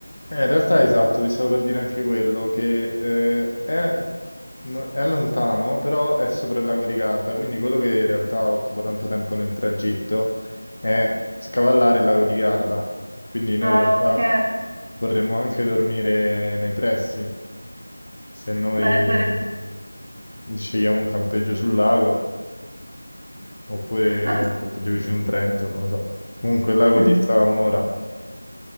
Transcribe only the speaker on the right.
Ah,
ok.
Beh, sarebbe...
ah,
sì.